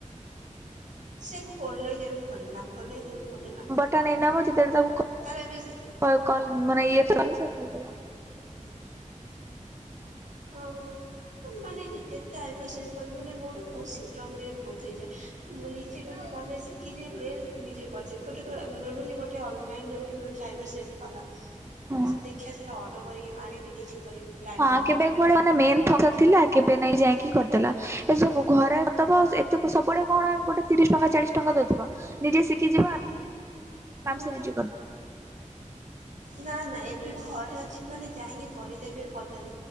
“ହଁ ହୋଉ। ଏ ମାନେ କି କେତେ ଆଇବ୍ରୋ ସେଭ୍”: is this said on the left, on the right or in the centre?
Right